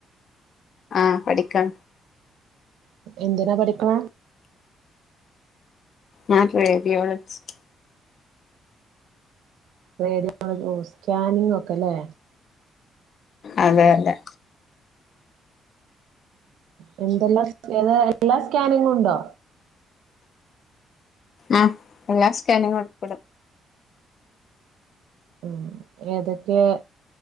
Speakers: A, on the left (about 55°); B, on the right (about 85°).
A: ആഹ പഠിക്കൻ.
B: എന്തിനാ പഠിക്കണ.
A: ഞാൻ റേഡിയോളജിസ്റ്റ്.
B: റേഡിയോളജി സ്കാനിങ്ങ ഒക്കെ അല്ലേ.
A: അതെ അതെ
B: ഉ എന്തെല്ലാം ഏ എല്ലാ സ്കാനിങ്ങും ഉണ്ടോ.
A: ആഹ് എല്ലാ സ്കാനിങ്ങും ഉൾപ്പെടും.
B: ഉ ഏതൊക്കെ